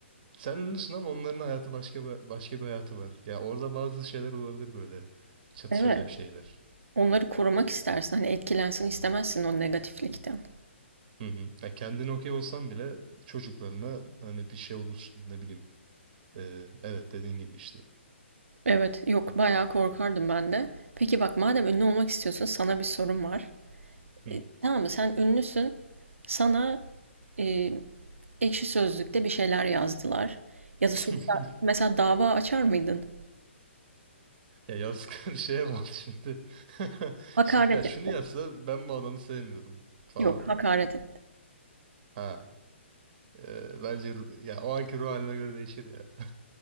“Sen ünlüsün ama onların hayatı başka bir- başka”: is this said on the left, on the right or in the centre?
Right